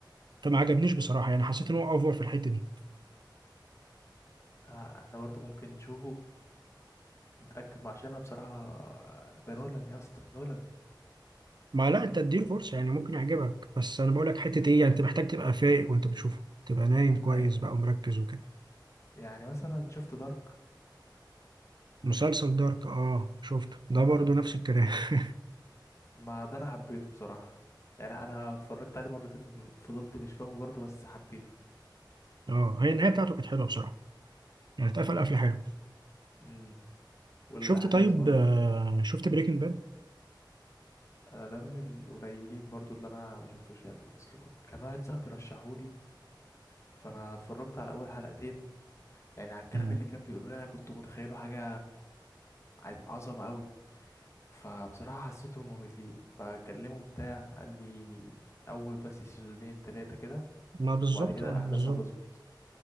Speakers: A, on the right; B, on the left.
A: فما عجبنيش بصراحه يعني حسيت ان هو اوفر في الحته دي
B: آه، احنا برضو ممكن نشوفه نتأكد مع- عشان انا بصراحة ده نولان يا اسطى نولان
A: ما لا انت اديله فرصه يعني ممكن يعجبك بس انا بقول لك حته ايه يعني انت محتاج تبقى فايق وانت بتشوفه تبقى نايم كويس
B: عج-
A: بقى ومركز وكده
B: يعني مثلا شفت دارك
A: مسلسل دارك اه شفته ده
B: آه،
A: برضه نفس الكلام <laughs>
B: ما ده انا حبيته بصراحة يعني انا اتفرجت عليه مرتين فضلت مش فاهمه برضه بس حبيته
A: اه هي النهايه بتاعته كانت حلوه بصراحه يعني اتقفل قفله حلوه
B: امم والاحداث
A: شفت طيب
B: برضه
A: آه شفت بريكنج باد
B: آه، ده من القليلين برضو اللي انا ما شفتوش يعني اصل كنت كان واحد صاحبي رشحولي فانا اتفرجت على اول حلقتين يعني على الكلام
A: مم.
B: اللي كان بيقولوا لي انا كنت متخيله حاجه ع- عظمه قوي فبصراحه حسيتهم مملين بكلمه بتاع قال لي اول بس سيزونين تلاتة كده
A: ما بالظبط
B: وبعد كده
A: اه
B: الاحداث
A: بالظبط
B: هتظبط